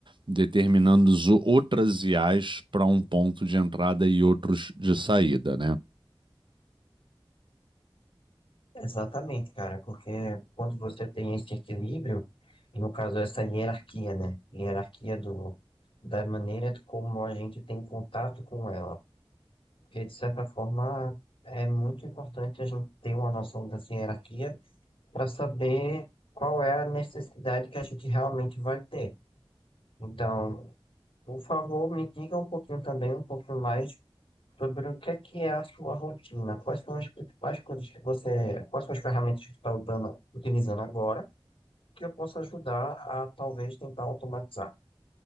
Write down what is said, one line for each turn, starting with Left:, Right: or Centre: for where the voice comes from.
Right: determinando os o- outras IAs para um ponto de entrada e outros de saída, né?
Left: Exatamente, cara, porque quando você tem esse equilíbrio, e no caso essa hierarquia, né? Hierarquia do, da maneira como a gente tem contato com ela. Porque, de certa forma, é muito importante a gente ter uma noção dessa hierarquia para saber qual é a necessidade que a gente realmente vai ter. Então, por favor, me diga um pouquinho também, um pouquinho mais sobre o que é que é a sua rotina, quais são as principais coisas que você, quais são as ferramentas que você está usando, utilizando agora, que eu possa ajudar a talvez tentar automatizar.